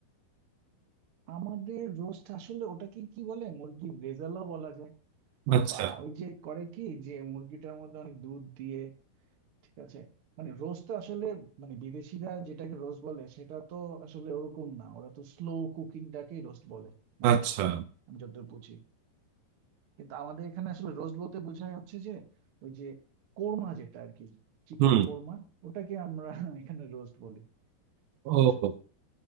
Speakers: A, on the right; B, on the right.
A: আমাদের রোস্ট আসলে ওটাকে কি বলে মুরগির রেজালাও বলা যায়
B: আচ্ছা
A: বা ওই যে করে কি যে মুরগিটার মধ্যে অনেক দুধ দিয়ে ঠিক আছে মানে রোস্ট আসলে মানে বিদেশিরা যেটাকে রোস্ট বলে সেটা তো আসলে ওরকম না ওরা তো স্লো কুকিংটাকেই রোস্ট বলে মূলত
B: আচ্ছা
A: আমি যতদূর বুঝি কিন্তু আমাদের এখানে আসলে রোস্ট বলতে বোঝায় হচ্ছে যে ওই যে কোর্মা যেটা আর কি চিকেন
B: হুম
A: কোর্মা ওটাকে আমরা <laughs> এখানে রোস্ট বলি
B: ও
A: বুঝছো